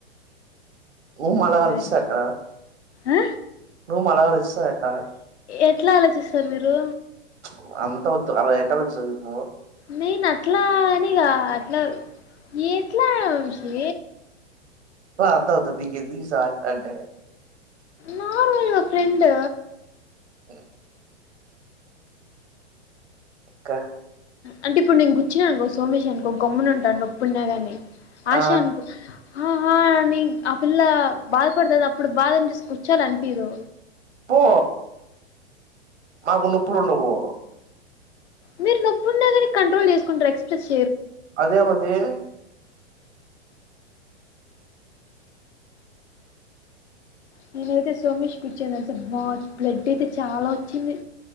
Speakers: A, on the right; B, on the left.
A: ఉ మలాగాలుస్స్
B: సారీ
A: అట్ట
B: ఆ
A: రూమ్ మల్లగాలి స్స్ అట్ట
B: ఎట్ల ఆలోచిస్సరు మీరు
A: చ్ అంత వద్దు ఆమె ఏ కలర్ జవుత్నావు.
B: నేనట్లా అనిగ అట్ల, ఎట్లా వంశీ
A: ప <unintelligible> అధవుతుది నీకెందుకు సార్ అంటే
B: నార్మల్ గా ఫ్రెండ్
A: అ ఇంకా
B: అంటే ఇప్పుడు నేను గుచ్చినానుకో సోమేష్ అనుకో గమ్మునుంటాన్ నొప్పున్నా కాని ఆశ
A: ఆ
B: అన్ కో ఆహా అ నీ ఆ పిల్ల బాధపడతది అప్పుడు బాధని చూసి కూర్చోవాలి అనిపీదు
A: పో మాకు నొప్పులు ఉండవు
B: మీరు నొప్పు ఉన్న కానీ కంట్రోల్ చేసుకుంటారు ఎక్ష్ప్రెస్స్
A: అదే మది
B: నేనైతే సోమేష్ కి గుచ్చానసలు బా బ్లడ్ అయితే చాలా వచ్చింది